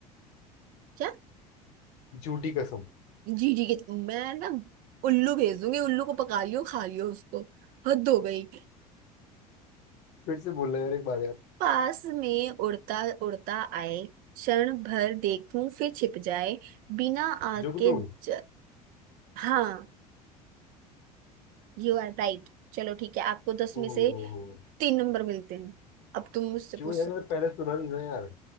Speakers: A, on the right (about 45°); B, on the left (about 55°).
A: क्या
B: झूठी कसम
A: जी जी के मैं ना उल्लू भेज दूंगी उल्लू को पका लियो खा लियो उसको हद हो गई
B: फिर से बोलना है यार एक बार यार
A: पास में उड़ता उड़ता आए क्षण भर देखूं फिर छिप जाए बिना आग
B: जुगनू
A: के ज... हाँ यू आर राइट चलो ठीक है आपको दस
B: ओह
A: में से तीन नंबर मिलते हैं अब तुम मुझसे पूछ
B: क्यों यार
A: सकते
B: मैंने पहले सुना नहीं ना यार